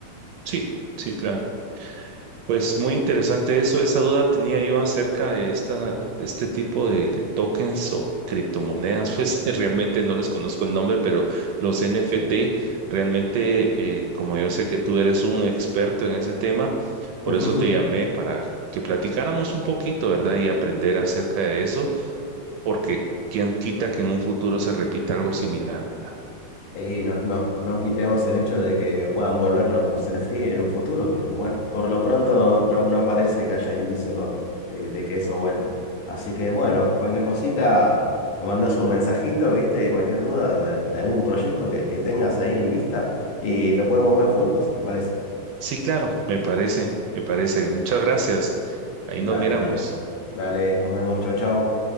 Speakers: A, on the right; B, on the left.
A: Sí, sí, claro. Pues muy interesante eso. Esa duda tenía yo acerca de esta, de este tipo de, de tokens o criptomonedas. Pues <laughs> realmente no les conozco el nombre, pero los NFT,
B: Sí.
A: realmente, eh, como yo sé que tú eres un experto en ese tema, por
B: <laughs>
A: eso te llamé para que platicáramos un poquito, ¿verdad? Y aprender acerca de eso, porque quién quita que en un futuro se repita algo similar, ¿verdad?
B: Y no, no, no quitemos el hecho de que puedan volver los, los NFT en un futuro, pero bueno, por lo pronto no, no parece que haya indicios de, de que eso vuelva. Así que bueno, cualquier cosita, me mandas un mensajito, ¿viste? Cualquier duda de, de algún proyecto que, que tengas ahí en vista y lo podemos ver juntos, si te parece.
A: Sí, claro, me parece, me parece. Muchas gracias. Ahí
B: Dale,
A: nos miramos.
B: dale. Dale, nos vemos, chau, chau.